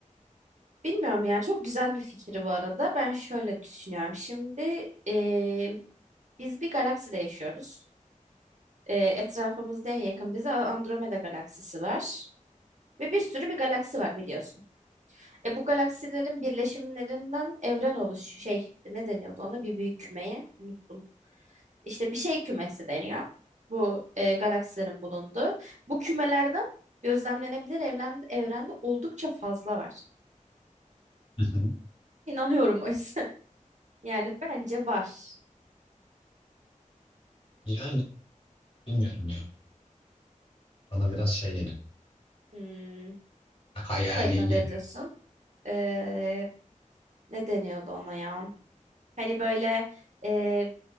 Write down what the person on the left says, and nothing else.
Hı hı.
Yani bilmiyorum ya. Bana biraz şey geliyor.
Hayali
geliyor.